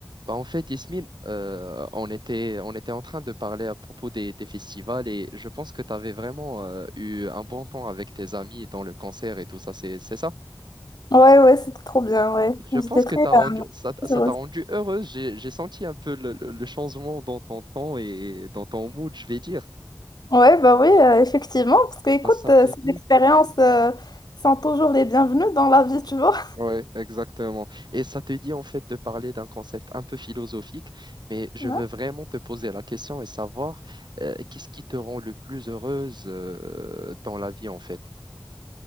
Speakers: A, on the right (about 75°); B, on the left (about 65°).
A: Bah, en fait, Yasmine, euh, on était, on était en train de parler à propos des, des festivals et je pense que tu avais vraiment euh, eu un bon temps avec tes amis dans le concert et tout ça, c'est, c'est ça?
B: Ouais, ouais, c'était trop bien, ouais.
A: Je pense
B: J'étais très
A: que t'as
B: euh,
A: rendu, ça, t-
B: très
A: ça
B: heureuse.
A: t'a rendu heureuse. J'ai, j'ai senti un peu le, le- le changement dans ton temps et dans ton mood, je vais dire.
B: Ouais, bah oui, euh, effectivement, parce que écoute,
A: Bah, ça
B: euh,
A: t'a
B: ces
A: dit?
B: expériences euh, sont toujours les bienvenues dans la vie, tu vois.
A: Oui, exactement. Et ça te dit en fait de parler d'un concept un peu philosophique, mais je
B: <laughs>
A: veux vraiment te poser la question et savoir euh, qu'est-ce qui te rend le plus heureuse euh, dans la vie en fait.